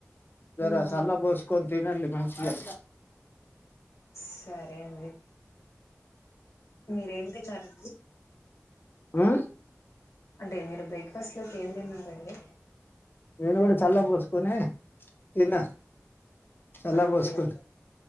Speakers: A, on the left (about 45°); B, on the left (about 70°).
A: జర
B: మ్మ్
A: సల్ల బోస్కో నీ తినండి మంచిదే
B: సరే అండి మీరేం తేచ్చారండి
A: ఆ
B: అంటే మీరు బ్రేక్ఫాస్ట్ లోకి ఏం తిన్నారండీ
A: నేను కూడా చల్ బోస్ కొనీ తిన్న చల్ల
B: అన్నం
A: బోసుకొని
B: తిన